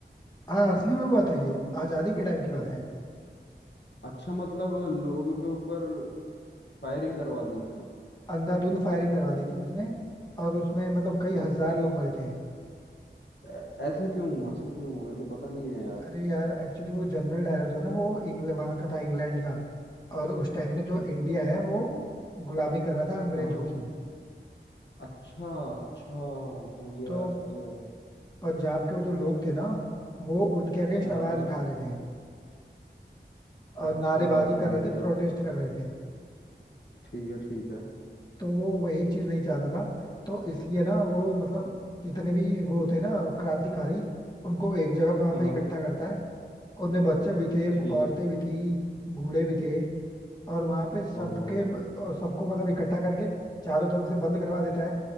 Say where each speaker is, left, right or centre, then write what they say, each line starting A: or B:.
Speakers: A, on the left; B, on the left.
A: हाँ असली में हुआ था ये आजादी के टाइम की बात है
B: अच्छा मतलब लोगों के ऊपर फायरिंग करवा दी उसने
A: अंधाधुंध फायरिंग करवा दी थी उसने और उसमें मतलब कई
B: ऐस,
A: हजार लोग मरे थे
B: ऐ- ऐसा क्यों ऐसा क्यों मेरे को पता नहीं है यार
A: अरे यार एक्चुअली वो जनरल डायर जो है ना वो इंग्लैंड वहां का था इंग्लैंड का और उस टाइम में जो इंडिया है वो गुलामी कर रहा था अंग्रेजों
B: हाँ
A: की
B: अच्छा अच्छा समझ गया
A: तो
B: समझ गया
A: पंजाब के वो जो लोग थे ना वो उनके अगेंस्ट
B: हाँ हाँ,
A: आवाज उठा रहे थे और
B: अच्छा
A: नारेबाजी
B: समझ
A: कर रहे थे
B: गया
A: प्रोटेस्ट कर रहे थे
B: ठीक है ठीक है
A: तो वो वही चीज नहीं चाहता था तो इसलिए ना वो मतलब जितने भी वो थे ना क्रांतिकारी उनको एक जगह पे वहां
B: हाँ
A: पे
B: हाँ,
A: इकट्ठा करता है उनमें बच्चे भी थे
B: ठीक
A: औरतें
B: है
A: भी थी बूढ़े भी थे और वहां पे सबके
B: ओहो
A: और सबको मतलब इकट्ठा करके चारों तरफ से बंद करवा देता है